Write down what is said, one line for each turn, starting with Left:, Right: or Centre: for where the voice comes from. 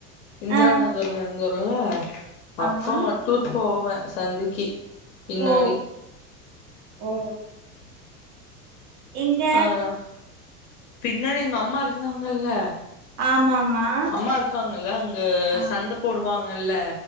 Left: இந்திரா
Right: ஆ
Left: நகர்ல இருந்தோல அப்ப
Right: ஆமா
Left: மட் டூர் போவேன் சந்திக்கி பின்னாடி
Right: ஓ ஓ எங்க
Left: ஆதா பின்னாடி எங்க அம்மா இருந்தாங்கல்ல
Right: ஆமாமா
Left: அம்மா இருக்காங்கல்ல அங்க
Right: ஆமா
Left: சந்த போடுவாங்கல்ல